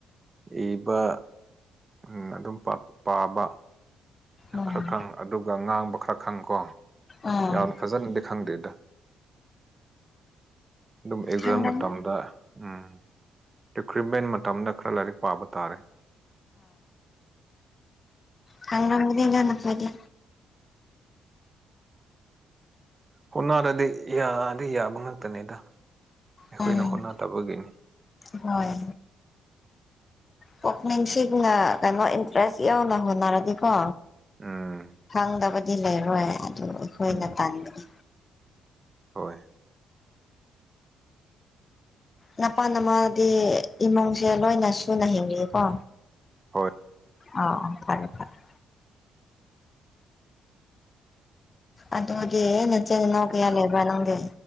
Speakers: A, on the right; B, on the left.
A: ꯏꯕ ꯎ ꯑꯗꯨꯝ ꯄꯥꯕ
B: ꯎꯝ
A: ꯈꯔ ꯈꯪ ꯑꯗꯨꯒ ꯉꯥꯡꯕ ꯈꯔ ꯈꯪ ꯀꯣ
B: ꯎꯝ
A: ꯌꯥꯝꯅ ꯐꯖꯅꯗꯤ ꯈꯪꯗꯦꯗ ꯑꯗꯨꯝ ꯑꯦꯛꯖꯥꯝ
B: ꯈꯪꯒꯅꯤ
A: ꯃꯇꯝꯗ ꯎꯝ ꯔꯤꯀ꯭ꯔꯨꯏꯠꯃꯦꯟ ꯃꯇꯝꯗ ꯈꯔ ꯂꯥꯏꯔꯤꯛ ꯄꯥꯕ ꯇꯥꯔꯦ
B: ꯀꯪꯗꯤꯅꯄꯗꯤ
A: ꯍꯣꯠꯅꯔꯗꯤ ꯌꯥꯗꯤ ꯌꯥꯕ ꯉꯥꯛꯛꯇꯅꯦꯗ ꯑꯦꯈꯣꯏꯅꯈꯨꯅꯥ
B: ꯎꯝ
A: ꯇꯥꯕꯒꯅꯤ
B: ꯍꯣꯏ ꯄꯨꯛꯅꯤꯡꯁꯤꯡꯅ ꯀꯩꯅꯣ ꯏꯟꯇꯔꯦꯁ ꯌꯥꯎꯅ ꯍꯣꯠꯅꯔꯗꯤꯀꯣ
A: ꯎꯝ
B: ꯈꯪꯗꯕꯗꯤ ꯂꯩꯔꯣꯏ ꯑꯗꯨ ꯑꯩꯈꯣꯏꯅ
A: ꯎꯝ
B: ꯇꯟꯃꯤꯅꯤ
A: ꯍꯣꯏ
B: ꯅꯄꯥꯥꯟ ꯅꯃꯥꯗꯤ ꯏꯃꯨꯡꯁꯦ ꯂꯣꯏꯅ ꯁꯨꯅ ꯍꯤꯡꯂꯤꯀꯣ
A: ꯍꯣꯏ
B: ꯑ ꯐꯔꯦ ꯐꯔꯦ ꯑꯗꯨꯗꯤ ꯅꯆꯦꯅ ꯀꯌꯥ ꯂꯩꯦꯕ ꯅꯪꯗꯤ